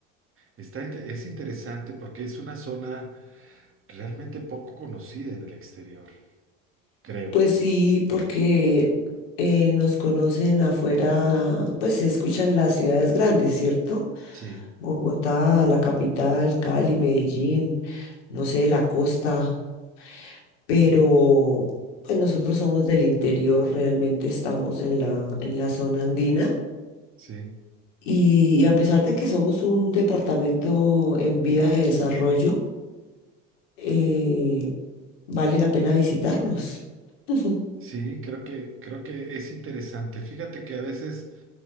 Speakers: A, on the right (about 35°); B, on the left (about 75°).
A: está, inte- es interesante porque es una zona realmente poco conocida en el exterior, creo.
B: Pues sí, porque eh, nos conocen afuera, pues se escuchan las ciudades grandes, ¿cierto?
A: Sí,
B: Bogotá, la capital, Cali, Medellín, no sé, la costa, pero pues nosotros somos del interior, realmente estamos en la, en la zona andina
A: sí,
B: y, a pesar de que somos un departamento en vía de desarrollo, eh, vale la pena visitarnos. <laughs>
A: sí, creo que, creo que es interesante. Fíjate que a veces